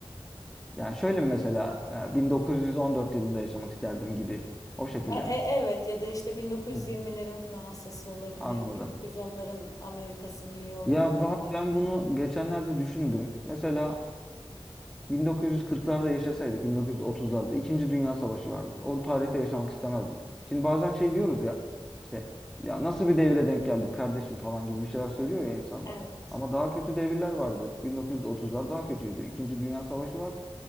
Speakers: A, in the centre; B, on the left.
A: Yani şöyle mi mesela e, 1914 yılında yaşamak isterdim gibi. O şekilde
B: E-
A: mi?
B: e- evet ya da işte 1920'lerin
A: Hı hı.
B: Fransa'sı olabilir,
A: Anladım.
B: 1910'ların Amerika'sı, New York
A: Ya
B: olabilir.
A: Bahar, ben bunu geçenlerde düşündüm. Mesela 1940'larda yaşasaydık, 1930'larda İkinci Dünya Savaşı vardı. O tarihte yaşamak istemezdim. Şimdi bazen şey diyoruz ya işte ya nasıl bir devire denk geldik kardeşim falan gibi bir şeyler söylüyor ya insanlar.
B: Evet.
A: Ama daha kötü devirler vardı. 1930'lar daha kötüydü. İkinci Dünya Savaşı var.